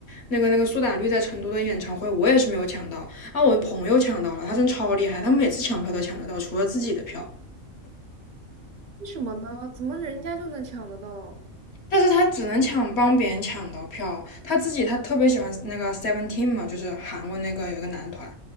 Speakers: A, on the left; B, on the right.
A: 那个那个苏打绿在成都的演唱会，我也是没有抢到，啊，我朋友抢到了，他真超厉害，他每次抢票都抢得到，除了自己的票。
B: 为什么呢？怎么人家就能抢得到？
A: 但是他只能抢帮别人抢到票，他自己他特别喜欢那个 Seventeen 嘛，就是韩国那个有一个男团，